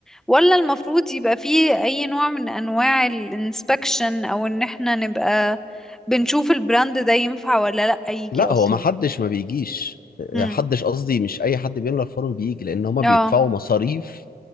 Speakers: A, in the centre; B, on the left (about 65°).
A: ولا المفروض يبقى فيه اي نوع من انواع الانسبكشن او ان احنا نبقى بنشوف البراند ده ينفع ولا لا يجي
B: لا
A: اصلا
B: هو ما حدش ما بيجيش آه،
A: امم
B: حدش قصدي مش اي حد بيملى فورم بيجي لان هما
A: اه
B: بيدفعوا مصاريف